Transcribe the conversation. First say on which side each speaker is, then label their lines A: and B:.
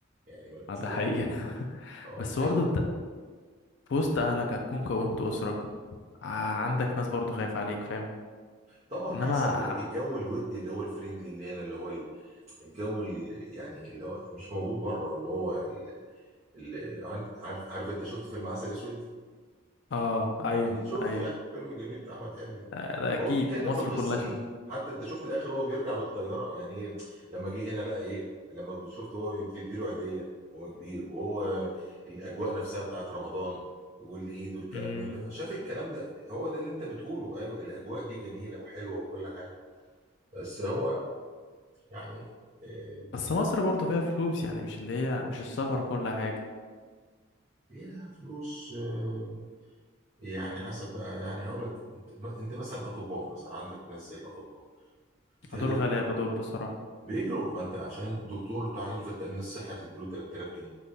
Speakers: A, on the right (about 30°); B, on the left (about 55°).
A: يعني يعني
B: آه، ده
A: هي
B: حقيقة <laughs>
A: اه
B: بس
A: هي
B: برضه انت في وسط اهلك هتكون كونت اسرة ع- عندك ناس برضه خايفة عليك فاهم
A: طبعا
B: انما
A: احسن بقول
B: ح-
A: لك الجو الودي اللي هو الفريندلي اللي هنا اللي هو ال- الجو اللي يعني اللي هو مش موجود بره اللي هو ال- اللي عند- عارف عارف انت شفت فيلم عسل اسود
B: اه ايوه
A: اكيد شفته
B: ايوه
A: يعني الفيلم الجميل بتاع احمد حلمي ده
B: آه، ده اكيد
A: هو بيتكلم
B: مصر
A: في القصه
B: كلها
A: دي
B: شفت
A: حتى انت شفت الاخر هو بيرجع بالطياره يعني ايه لما جه هنا لقى ايه لما شفت هو بتدي له هديه وهو كبير وهو الاجواء نفسها بتاعت رمضان والعيد والكلام
B: امم
A: من ده فشاف الكلام ده هو ده اللي انت بتقوله ايوه الاجواء دي جميله وحلوه وكل حاجه بس هو يعني آه،
B: بس مصر برضه فيها فلوس يعني مش اللي هي مش السفر وكل حاجة
A: فيها فلوس آه، يعني حسب بقى يعني هقول لك انت انت مثلا الاطباء مثلا عندك ناس زي الاطباء بتهاجر
B: دول غلابة دول بصراحة
A: بيجروا ما انت عشان دكتور تعينه في التأمين الصحي تديله 3000 جنيه